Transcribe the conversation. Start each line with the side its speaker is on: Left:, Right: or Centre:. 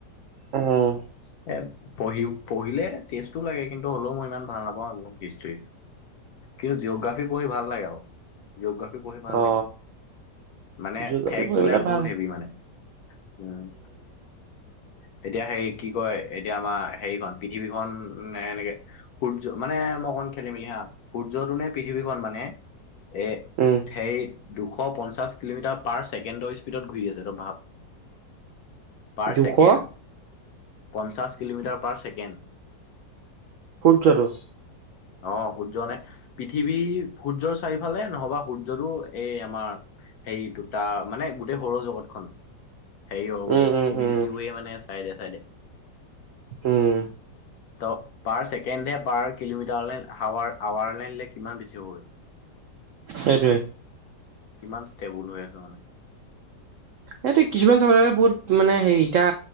Right: উম
Left: এ পঢ়ি পঢ়িলে টেষ্টও লাগে কিন্তু হ'লেও মই ইমান ভাল নাপাওঁ এইবোৰ হিষ্ট্ৰি কিন্তু জিঅগ্ৰাফি পঢ়ি ভাল লাগে আৰু জিঅগ্ৰাফী পঢ়ি ভাল
Right: অ
Left: লাগে মানে
Right: জিঅগ্ৰাফী
Left: ফেক
Right: পঢ়িবলে
Left: বিলাক
Right: ভাল
Left: বহুত হেভি মানে উম তেতিয়া হে কি কয় এতিয়া আমাৰ হেৰিখন পৃথিৱীখনন এনেকে সূৰ্য মানে মই কণ খেলি মেলি হা সূৰ্যটো নে পৃথিৱীখন মানে এই
Right: উম
Left: হেৰী দুশ পঞ্চাশ কিলোমিটাৰ পাৰ ছেকেণ্ডৰ স্পীডত ঘূৰি আছে ত' ভাব পাৰ
Right: দুশ!
Left: ছেকেণ্ড পঞ্চাশ কিলোমিটাৰ পাৰ ছেকেণ্ড
Right: সূৰ্যটো!
Left: অ সূৰ্য নে পৃথিৱী সূৰ্যৰ চাৰিওফালে নহবা সূৰ্যটো এই আমাৰ সেই দুটা মানে গোটেই সৌৰ জগতখন সে ৱে
Right: উম উম
Left: মিল্কি
Right: উম
Left: ৱে মানে চাইডে চাইডে
Right: উম
Left: ত পাৰ ছেকেণ্ডে পাৰ কিলোমিটাৰলৈ হাৱাৰ আাৱাৰ লাইনে কিমান বেছি হব,
Right: সেইটোৱে
Left: কিমান ষ্টেবুল হৈ আছে। ে <inaudible>
Right: এইটো কিছুমান চাবলে বহুত মানে হে এতিয়া